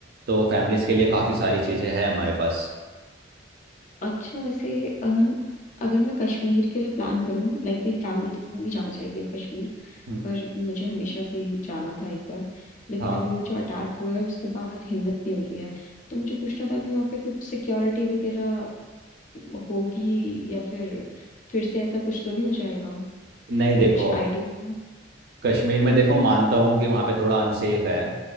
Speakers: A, on the right (about 55°); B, on the left (about 40°).
A: तो फैमिलीज के लिए काफ़ी सारी चीज़ें हैं हमारे पास
B: अच्छा वैसे अ, अगर मैं कश्मीर के लिए प्लान करूं लाइक मेरी फैमिली तो नहीं जाना चाहेगी अब कश्मीर
A: हम्म
B: पर मुझे हमेशा से ही जाना था एक बार लेकिन
A: हाँ
B: अभी वो जो अटैक हुआ है उसके बाद हिम्मत नहीं हो रही है तो मुझे पूछना था अभी वहाँ पे कुछ सिक्योरिटी वगैरह होगी या फिर फिर से ऐसा कुछ तो नहीं हो जाएगा
A: नहीं
B: कुछ
A: देखो
B: आइडिया है
A: कश्मीर में देखो मानता हूँ कि वहाँ पे थोड़ा अनसेफ है